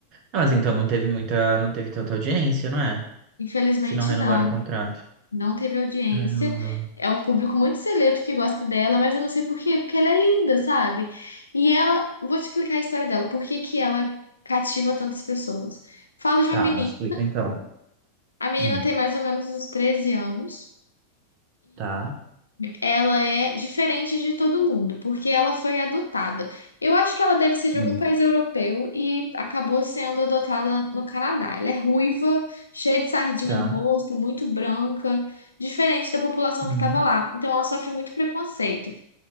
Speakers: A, on the right; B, on the left.
A: Ah, mas então não teve muita, não teve tanta audiência, não é?
B: Infelizmente,
A: Se não renovaram
B: não.
A: o contrato.
B: Não teve audiência.
A: Caramba.
B: É um público muito seleto que gosta dela, mas eu não sei por quê, porque ela é linda, sabe? E ela, vou te explicar a história dela, por que que ela cativa tantas pessoas. Fala de
A: Tá,
B: uma menina,
A: me explica então.
B: a menina
A: Hum,
B: tem mais ou menos uns treze anos
A: tá.
B: ela é diferente de todo mundo, porque ela foi adotada. Eu acho que ela deve ser de
A: Hum,
B: algum país europeu e acabou sendo adotada no Canadá. Ela é ruiva, cheia de sardinha
A: tá.
B: no rosto, muito branca, diferente da população
A: Hum,
B: que estava lá. Então ela sofre muito preconceito.